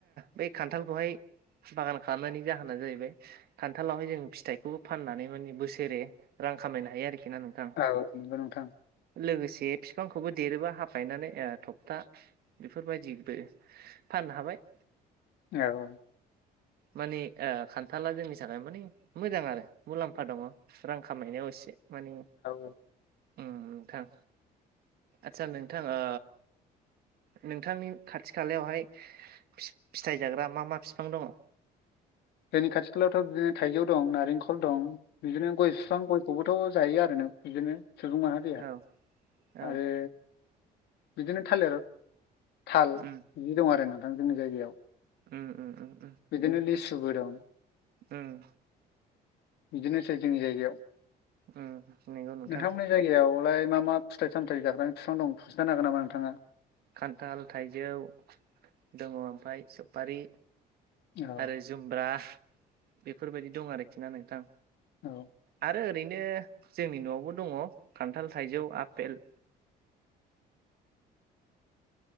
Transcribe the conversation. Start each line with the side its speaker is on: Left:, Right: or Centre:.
Right: बै खान्थालखौहाय बागान खालामनायनि जाहोना जाहैबाय खान्थालावहाय जों फिथाइखौबो फाननानै माने बोसोरे रां खामायनो हायो आरोखि ना नोंथां
Left: औ नंगौ नोंथां
Right: लोगोसे फिफांखौबो देरोबा हा गायनानै ओह थकथा बेफोरबायदिबो फाननो हाबाय।
Left: औ
Right: मानि ओ खान्थाला जोंनि थाखाय मानि मोजां आरो मुलाम्फा दङ। रां खामायनायाव एसे माने
Left: औ
Right: ओम नोंथां आस्सा नोंथां ओ नोंथांनि खाथि खालायावहाय फि फिथाइ जाग्रा मा मा फि फां दङ।
Left: जोंनि खाथि खालायावथ' बिदिनो थाइजौ दं नारेंखल दं बिदिनो गय फिफां गयखौबो थ' जायो आरो ना बिदिनो सुबुं माहारिआ
Right: औ औ
Left: आरो बिदिनो थालिर थाल
Right: उम
Left: बिदि दं आरो नोंथां जोंनि जायगायाव।
Right: उम उम उम
Left: बिदिनो लिसुबो दं।
Right: ओम
Left: बिदिनोसै जोंनि जायगायाव।
Right: उम नोंगौ नोंथां।
Left: नोंथांमोननि जायगायावलाय मा मा फिथाइ सामथायाइ जाग्राानि बिफां दं खिथानो हागोन नामा नोंथाङा?
Right: खान्थाल थाइजौ दङ ओमफ्राय सपारि
Left: औ
Right: आरो जुमब्रा बेफोरबायदि दं आरोखि ना नोंथां
Left: औ
Right: आरो ओरैनो जोंनि न'आवबो दङ खान्थाल थाइजौ आफेल